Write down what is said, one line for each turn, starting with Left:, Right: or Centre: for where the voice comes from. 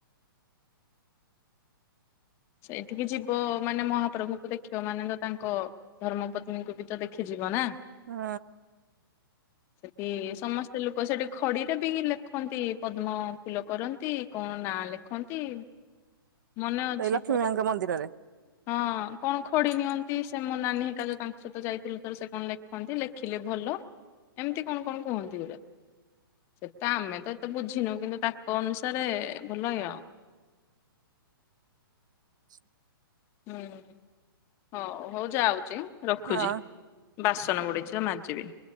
Left: ସେଇଠିକି ଯିବ ମାନେ ମହାପ୍ରଭୁଙ୍କୁ ଦେଖିବ ମାନେ ତ ତାଙ୍କ ଧର୍ମ ପତ୍ନୀଙ୍କୁ ବି ତ ଦେଖିଯିବ ନା।
Right: ହଁ।
Left: ସେଠି ସମସ୍ତେ ସେ ଲୋକ ସେଠି ଖଡିରେ ବି ଲେଖନ୍ତି ପଦ୍ମ ଫୁଲ କରନ୍ତି କଣ ନାଁ ଲେଖନ୍ତି ମନେ ଅଛି
Right: ସେଇ ଲକ୍ଷ୍ମୀ
Left: ଥରେ
Right: ମାଙ୍କ ମନ୍ଦିରରେ?
Left: ହଁ କଣ ଖଡି ନିଅନ୍ତି ସେ ମୋ ନାନୀ ହେରିକା ତାଙ୍କ ସହିତ ଯାଇଥିଲୁ ଥରେ ସେ କଣ ଲେଖ କୁହନ୍ତି ଲେଖିଲେ ଭଲ। ଏମିତି କଣ କଣ କୁହନ୍ତି ଗୁରେ। ସେଟା ଆମେ ତ ଏତେ ବୁଝିନୁ କିନ୍ତୁ ତାଙ୍କ ଅନୁସାରେ ଭଲ ଲ
Right: ଆଛ <inaudible>
Left: ହୁଁ ହଁ ହଉ ଯାଉଛି ରଖୁଛି।
Right: ହଁ।
Left: ବାସନ ପଡିଛି ତ ମାଜିବି।